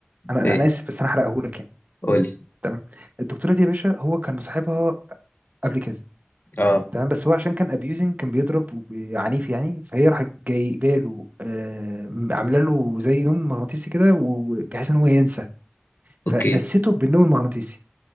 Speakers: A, on the right; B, on the left.
A: انا
B: ايه
A: انا اسف بس انا هحرقهولك يعني
B: قولي
A: تمام الدكتوره دي يا باشا هو كان مصاحبها قبل كده
B: اه
A: تمام بس هو عشان كان ابيوزنج كان بيضرب وب- عنيف يعني فهي راحت جايبه له آه عامله له زي نوم مغناطيسي كده وبحيث ان هو ينسى فنسيته
B: اوكي
A: بالنوم المغناطيسي